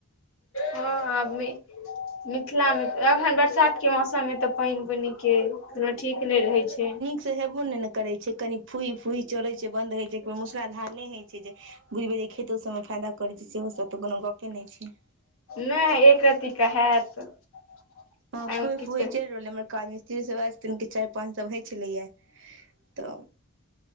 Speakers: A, on the left (about 60°); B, on the right (about 55°).
A: हँ आब नै।
B: ह <inaudible>
A: मिथिलामे अखन बरसातके मौसममे तऽ पानि बुनिके कोनो ठीक नहि रहै छै‌।
B: से हेबो नहि ने करै छै कनि फूइ फूइ चलैत छै, बन्द होइत छै, एक बेर मुसलाधार नहि होइ छै जे बुझबै जे खेतो सबमे फायदा करैत छै सेहो सब तऽ कोनो गपे नहि छै।
A: नै एक रत्ती के हैत। एहिमे
B: हं फई
A: किछु
B: फूई चलि रहले हमर काज मिस्त्री सब के चारि पाँच सौ होइ छलैये। तऽ